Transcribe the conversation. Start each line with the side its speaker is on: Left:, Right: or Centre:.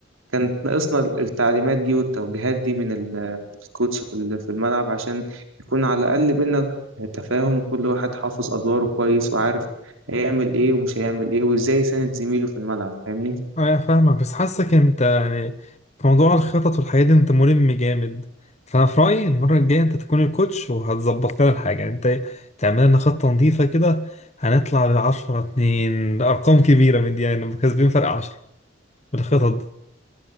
Right: كانت ناقصنا التعليمات دي والتوجيهات دي من ال- الكوتش في ال- في الملعب عشان يكون على الأقل بينا تفاهم وكل واحد حافظ أدواره كويس وعارف هيعمل إيه ومش هيعمل إيه وإزاي يساند زميله في الملعب فاهمني؟
Left: اه يعني فاهمك بس حاسك انت يعني في موضوع الخطط والحاجات دي انت ملم جامد فانا في رايي المره الجايه انت تكون الكوتش وهتظبط لنا الحاجه يعني انت تعمل لنا خطه نظيفه كده هنطلع ب 10 2 ارقام كبيره من دي يعني نبقى كسبين فرق 10 بالخطط